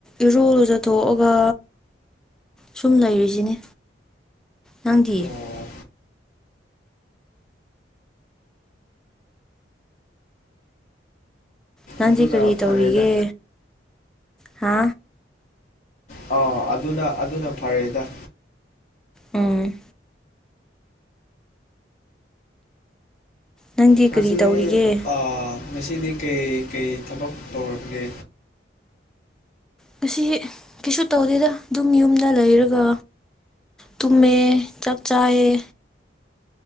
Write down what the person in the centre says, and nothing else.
ꯏꯔꯨ ꯂꯨꯖꯊꯣꯛꯑꯒꯥ ꯁꯨꯝ ꯂꯩꯔꯤꯖꯤꯅꯤ ꯅꯪꯗꯤ
ꯅꯪꯗꯤ
ꯀꯔꯤ ꯇꯧꯔꯤꯒꯦ
ꯍꯥ
ꯎꯝ ꯅꯪꯗꯤ
ꯀꯔꯤ ꯇꯧꯔꯤꯒꯦ
ꯉꯁꯤ ꯀꯩꯁꯨ ꯇꯧꯗꯦꯗ ꯑꯗꯨꯝ ꯌꯨꯝꯗ ꯂꯩꯔꯒ ꯇꯨꯝꯃꯦ ꯆꯥꯛ ꯆꯥꯏꯌꯦ